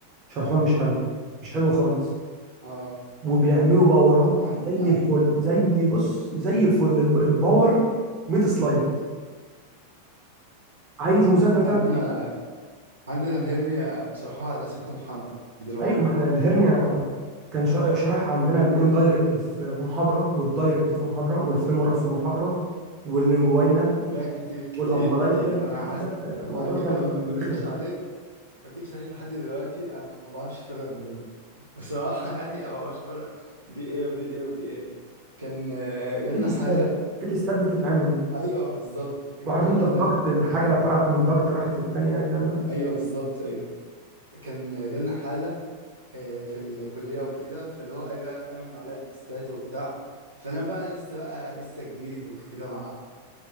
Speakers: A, on the right (about 30°); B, on the right (about 75°).
A: شرحهم مش حلو مش حلو خالص
B: اه
A: وبيعملوا باورات
B: عندنا
A: زي الفل زي بص زي الفل الب- الباور 100 سلايد عايز مذاكره ثلاث
B: عندنا عندنا الهرنيا شرحها على ست محاضرات
A: ايوه ما احنا الهرنيا كان شا- شارح عندنا الاندايركت في محاضره والدايركت في محاضره والفيمورال في محاضره واللينجواينال
B: لا كتير كتير
A: والامبلايكال
B: كتير انا عاس...
A: لا آه، الموضوع
B: على فكره
A: كان
B: ما
A: كان
B: ما اكذبش
A: رخم
B: عليك ما اكذبش عليك لحد دلوقتي انا ما بعرفش افرق ما بينهم <laughs> بصراحه يعني انا ما بعرفش افرق دي ايه ودي ايه ودي ايه كان آه، جالنا
A: في تيستات
B: حاله
A: في تيستات بتتعمل
B: ايوه بالظبط جالنا
A: وعارف
B: حاله
A: انت الضغط
B: كان
A: الحاجه
B: آه،
A: طلعت من ضغط راحت للتانيه الكلام ده
B: ايوه بالظبط ايوه كان آه، جالنا حاله آه، في الكليه وكده فاللي هو ايه بقى اعملوا عليها التستات وبتاع فانا بقى لسه بقى لسه جديد وكده مع